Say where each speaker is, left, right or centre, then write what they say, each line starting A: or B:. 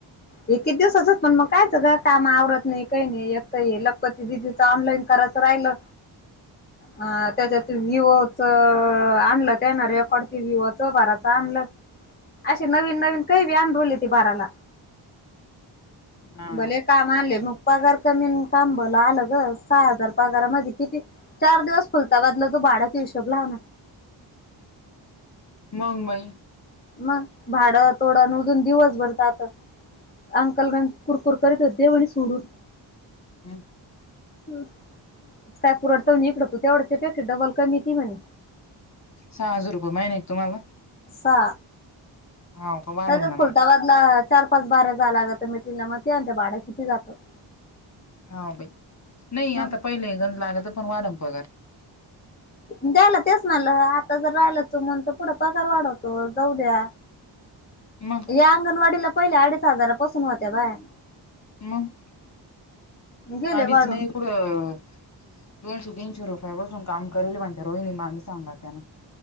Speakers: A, on the left (about 20°); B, on the left (about 35°).
A: एकती दिवस असच पण मग कायच काम आवरडत नाही काही नाही एकत हे लगपत. दिदीच ऑनलाईन करायच राहिलं अ त्याच्यात विव त आणलं त्या ना रेकॉर्डती विवो चं भाराच आणलं. अशी नवीन नवीन काही व्यान बोलली ती बाराला.
B: हा
A: भले काम आले मग. पगार कमीन काबला आलं ग सहा हजार पगारामध्ये किती. चार दिवस फुलता गदला तो बाड्याचा हिशोब लाव ना.
B: मग बाई.
A: मग भाडं तोडं न उधून दिवसभर त्यात. अंकलगण कुरकुर करीत हो दे वळी सोडून.
B: हम्.
A: हम्. कायपुरडचा निकडतो तेवढ्याच्या पेक्षा डबल का मती म्हणे.
B: सहा हजार रुपये महिना आहे का तुम्हाला
A: हा
B: हाव का वाढल
A: तर
B: ना
A: खुलताबाद.
B: मग
A: चार पाच बार्या जालाग तर मेटरिला म ते भाडं किती जातं.
B: हा बाई नाही
A: मग
B: आता पहिले गंध लाग तर पण वाढम पगार.
A: द्यायला तेच मला आता जर राहिलाच म्हण तर पुढं पगार वाढवतो जाऊ द्या.
B: मग
A: या अंगणवाडीला पहिले अडीच हजारापासून होत्या बाया.
B: मग
A: गेले
B: आधीच
A: वाढून
B: नाही. पुढं दोनश तीनशे रुपयांपासून काम करेल म्हणते रोहिणी मामी सांगा त्याना.